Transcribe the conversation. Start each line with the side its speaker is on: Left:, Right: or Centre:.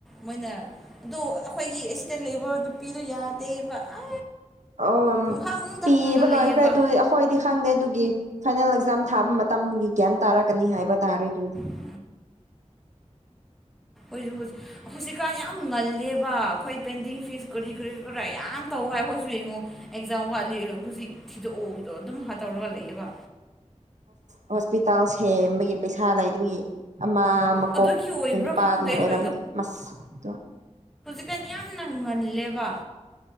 Centre: ꯃꯣꯏꯅ ꯑꯗꯨ ꯑꯩꯈꯣꯏꯒꯤ ꯑꯁꯤꯗ ꯂꯩꯕ ꯅꯨꯄꯤꯗꯨ ꯌꯥꯗꯦꯕ ꯑ
Right: ꯑꯣ
Centre: ꯄꯨꯡꯍꯪꯗ
Right: ꯄꯤꯕ
Centre: ꯍꯪꯉꯒ
Right: ꯂꯣꯏꯈ꯭ꯔꯦ
Centre: ꯂꯩꯌꯦꯕ
Right: ꯑꯗꯨ ꯑꯩꯈꯣꯏꯗꯤ ꯈꯪꯗꯦ ꯑꯗꯨꯒꯤ ꯐꯥꯏꯅꯦꯜ ꯑꯦꯛꯖꯥꯝ ꯊꯥꯕ ꯃꯇꯝꯒꯤ ꯒ꯭ꯌꯥꯟ ꯇꯥꯔꯛꯀꯅꯤ ꯍꯥꯏꯕ ꯇꯥꯔꯦ ꯑꯗꯨꯗꯤ
Centre: ꯎꯝ ꯑꯩꯈꯣꯏꯁꯨ ꯍꯨꯖꯤ ꯍꯧꯖꯤꯛꯀꯥꯟ ꯌꯥꯝ ꯉꯜꯂꯦꯕ ꯑꯩꯈꯣꯏ ꯄꯦꯟꯗꯤꯡ ꯐꯤꯁ ꯀꯔꯤ ꯀꯔꯤ ꯀꯔꯥ ꯌꯥꯝ ꯇꯧ ꯍꯣꯏ ꯑꯩꯈꯣꯏꯁꯨ ꯌꯦꯡꯉꯣ ꯑꯦꯛꯖꯥꯝ ꯋꯥꯠꯂꯤ ꯍꯧꯖꯤꯛ ꯊꯤꯗꯣꯛꯑꯣꯗꯣ ꯑꯗꯨꯝ ꯇꯧꯔꯒ ꯂꯩꯑꯕ
Right: ꯍꯣꯁꯄꯤꯇꯥꯜ ꯁꯦꯝꯕꯒꯤ ꯄꯩꯁꯥ ꯂꯩꯇꯕꯒꯤ ꯑꯃ ꯃꯀꯣꯛꯀꯤ
Centre: ꯑꯗꯨꯒꯤ ꯑꯣꯏꯕ꯭ꯔꯥ
Right: ꯅꯨꯄꯥꯗꯨꯅ
Centre: ꯈꯪꯗꯦ ꯑꯩꯁꯨ
Right: ꯑꯣꯏꯔꯝꯅꯤ ꯃꯁꯛꯇꯨ
Centre: ꯀꯟ ꯌꯥꯝꯅ ꯉꯜꯂꯦꯕ